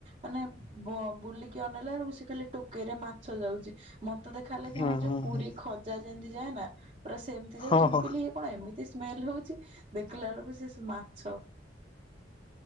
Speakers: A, on the right; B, on the left.
A: ମାନେ ବ ବୁଲିକି ଅନେଇଲା ବେଳକୁ ସେ ଖାଲି ଟୋକେଇରେ ମାଛ ଯାଉଛି। ମତେ ଦେଖା ହେଲା କି
B: ହୁଁ
A: ଆମର ଯୋଉ
B: ହୁଁ
A: ପୁରୀ
B: ହୁଁ।
A: ଖଜା ଯେମିତି ଯାଏ ନା ପୁରା ସେମିତି ଯାଉଛି,
B: ହଁ
A: ମୁଁ
B: ହଁ।
A: କହିଲି ଇଏ କଣ ଏମିତି ସ୍ମେଲ ହଉଛି? ଦେଖିଲା ବେଳକୁ <unintelligible> ମାଛ।